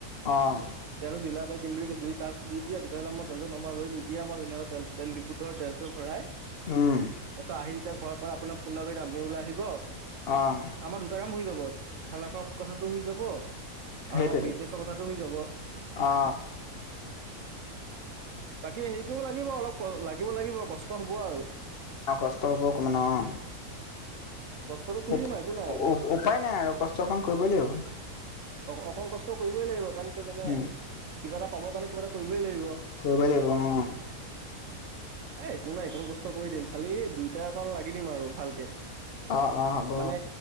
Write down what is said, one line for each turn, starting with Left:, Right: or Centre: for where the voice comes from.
Left: অ
Right: তেল ডিলাৰ পৰাই দিম বুলি যদি তাত নিদিয়ে তেতিয়াহ'লে মই তেলটো নভৰাও লৈ নিদিয়ে মই তেনেহলে তেল ডিপুতৰ তেল তেল টো ভৰাই।
Left: উম।
Right: তাৰপিছত ঘৰৰ পৰা আপোনাক ফোন এটা কৰি যাম আপুনি ওলাই আহিব।
Left: আহ।
Right: আমাৰ দুটা কাম হৈ যাব খানা খোৱা কথাটো হয় যাব। আৰু
Left: সেইটোৱেতো
Right: আমাৰ বিজনেছৰ কথাটো হৈ যাব।
Left: অ
Right: বাকী হেৰি কৰিব লাগিব অলপ লাগিব লাগিব কষ্ট হব আৰু।
Left: অ কষ্ট হ'ব অকমান অ কুও
Right: কষ্টটো কৰি
Left: উ, উপ
Right: দিম আৰু একো নাই
Left: উ
Right: আৰু
Left: উ উপায় নাই আৰু কষ্ট অকন কৰিবই লাগিব।
Right: গছবোৰে অ অকন কষ্ট কৰিবই লাগিব কাৰণ কিয় জানে
Left: উম
Right: কিবা এটা পাব কাৰণে কিবা এটা কৰিবই লাগিব।
Left: কৰিবই লাগিব অ অ অ।
Right: এ একো নাই একণো কষ্ট কৰি দিম খালি দুইটাই অকণ লাগি দিম আৰু ভালকে।
Left: অ অ হ'ব।
Right: মানে